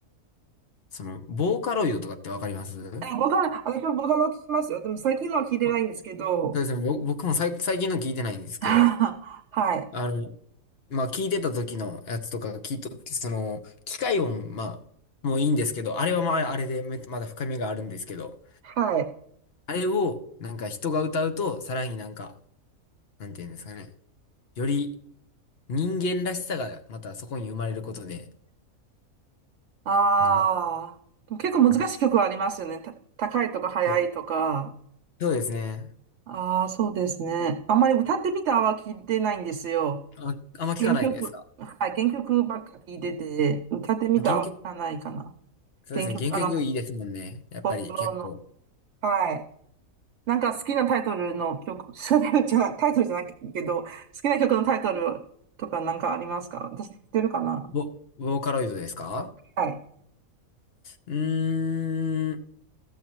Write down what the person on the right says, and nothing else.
えボカロ、私もボカロ聞きますよ。でも最近のは聞いてないんですけど。
<laughs> はい。
はい。
ああ。
でも結構難しい曲はありますよね。
た、高いとか速いとか。
ああ、そうですね。あんまり歌ってみたは聞いてないんですよ。
原曲、はい、原曲ばっか聞いてて、歌ってみたは聞かないかな。
原曲、
あの、
ポストローの。はい。なんか好きなタイトルの曲、<laughs> タイトルじゃないタイトルじゃないけど、好きな曲のタイトルとかなんかありますか私知ってるかな
はい。